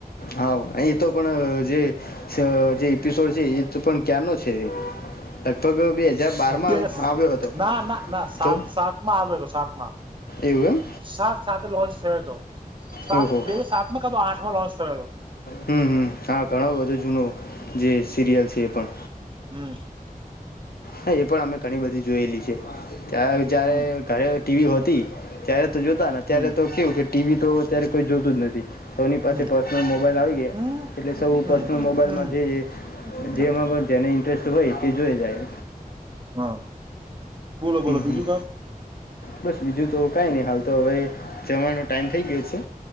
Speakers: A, on the left; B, on the right.
A: હા અહીં ઈતો પણ જે છ જે ઇપિસોડ છે એ તો પણ ક્યાંનો છે. લગભગ અ બે હાજાર બાર માં
B: બે
A: આવ્યો હતો
B: ના ના ના સાત
A: તો
B: સાતમાં આવેલો સાતમાં
A: એવું એમ
B: સાત સાતે લોન્ચ થયો હતો સાત
A: એમ ઓહો
B: બે અજાર સાતમાં કાતો આઠમો લોન્ચ થયો હતો
A: હમ્મ હમ્મ હા ઘણો બધો જૂનો જે સીરિયલ છે એ પણ
B: હમ્મ
A: હે એ પણ અમે ઘણી બધી જોયેલી છે <unintelligible>
B: હમ
A: ઘરે ટીવીઓ હતી. ત્યારે તો જોતા ને
B: હમ
A: ત્યારે તો કેવું કે ટીવી તો અત્યારે કોઈ જોતું જ નથી કોની પાસે
B: હમ
A: પર્સનલ મોબાઈલ આવી ગયા
B: હમ
A: એટલે સૌ
B: હમ
A: પર્સનલ મોબાઈલમાં
B: હમ
A: જે-જે-જે
B: ના,
A: જેમાં પણ જેને ઇન્ટ્રેસ્ટ હોય કે જોઈ જાય
B: હા બોલો
A: હમ
B: બોલો બીજું
A: હમ
B: કામ
A: બસ બીજું તો કઈ ની હાલ તો અવે જમવાનો ટાઈમ થેઈ ગ્યો છે.